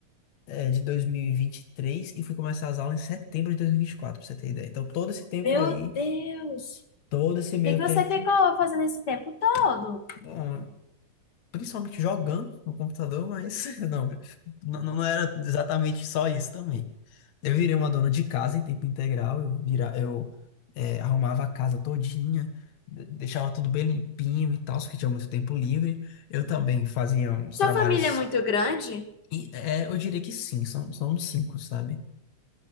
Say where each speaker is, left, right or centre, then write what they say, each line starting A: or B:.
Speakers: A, on the left (about 65°); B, on the left (about 40°).
A: eh, de dois mil e vinte e e três e fui começar as aulas em setembro de dois mil e e vinte e quatro pra você ter ideia. Então, todo esse tempo
B: Meu
A: aí,
B: Deus.
A: todo esse meio
B: O que que você
A: tempo,
B: ficou fazendo esse tempo todo?
A: bom, principalmente jogando no computador, mas <laughs> não, não, não era exatamente só isso também. Eu virei uma dona de casa em tempo integral, eu, vira, eu eh, arrumava a casa todinha, de- deixava tudo bem limpinho e tal, porque tinha muito tempo livre. Eu também fazia uns
B: Sua
A: trabalhos,
B: família é muito grande?
A: e, eh, eu diria que sim, são, são uns cinco, sabe?